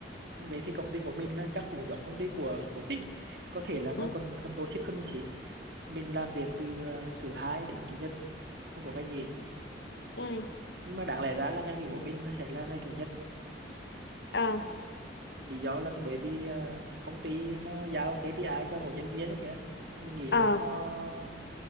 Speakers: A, on the right; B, on the left.
A: về thì công ty của mình nó chắc cũng giống công ty của của Trinh, có thể là nó
B: ừ
A: còn còn toxic hơn một xí. Mình làm việc từ ờ, thứ hai đến chủ nhật, không có ngày nghỉ.
B: ừ
A: Nhưng mà đáng lẽ ra là ngày nghỉ của mình là sẽ là ngày chủ nhật.
B: ờ
A: Lý do là bởi vì ờ, công ty nó giao KPI cho mỗi nhân viên đấy kìa. Mình nghĩ
B: ờ
A: là nó